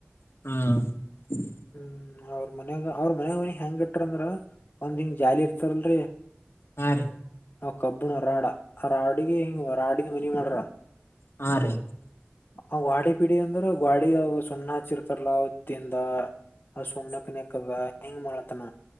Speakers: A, on the left (about 75°); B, on the left (about 50°).
A: ಹಾ
B: ಹ್ಮ ಅವ್ರ ಮನ್ಯಾಗ ಅವ್ರ ಮನ್ಯಾಗ ಹೆಂಗ ಇಟ್ರಂದ್ರ ಒಂದ್ ಹಿಂಗ ಜಾಲಿ ಇರ್ತರಲ್ರಿ.
A: ಹ್ಮ.
B: ಅ ಕಬ್ಬಣ ರಾಡ ಆ ರಾಡಿಗ ಹಂಗ ರಾಡಿನ ಮನ ಮಾಡ್ರ.
A: ಹಾ ರೀ.
B: ಆ ವಾಡಿ ಪಿಡಿ ಅಂದ್ರ ಗೋಡಿಗ ಆವಾ ಸುಣ್ಣ ಹಚ್ಚಿರ್ತಾರಲ್ಲ ಅವತ್ತಿಂದ ಆ ಸುಣ್ಣ ಕಾಣೆಕಬ ಹೆಂಗ ಮಾಡತನ.